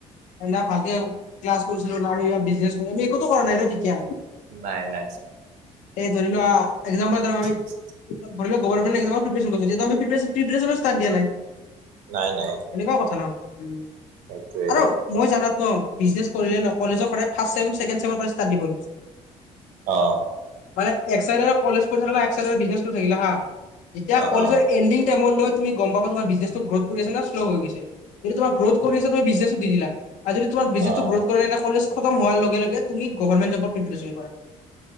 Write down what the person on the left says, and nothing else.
এ ভালকে ক্লাছ কৰিছিলো না বিজনেছ, আমি একোতো কৰা নাই ন' তেতিয়া,
এই ধৰি লোৱা এক্সাম্পল ধৰ আমি
ধৰি ল' গভাৰমেণ্ট এক্সামৰ প্ৰিপাচন কৰিছোঁ যেতিয়াতো আমি প্ৰিপ্ৰেচনো ষ্টাৰ্ট দিয়া নাই।
এনেকুৱাও কথা ন' উ,
আৰু মই জানাত ন' বিজনেছ কৰিলে ন' কলেজৰ সদাই ফাৰ্ষ্ট ছেম, চেকেণ্ড ছেমৰপৰা ষ্টাৰ্ট দিব
মানে এক চাইডে কলেজ পঢ়ি থাকলা এক চাইডে বিজনেচ কৰি থাকিলা হা, যেতিয়া
কলেজৰ
এণ্ডিং টাইমত ন' তুমি গম পাব তোমাৰ বিজনেছটো গ্ৰথ কৰি আছে নে শ্ল হৈ গৈছে, যদি তোমাৰ গ্ৰথ কৰি আছে তুমি বিজনেছটো দি দিলা। আৰু যদি তোমাৰ বিজনেছ
গ্ৰথ কৰা নাই তেন্তে কলেজ খতম হোৱাৰ লগে লগে তুমি গভাৰমেট জবৰ প্ৰিপাৰেচন কৰা।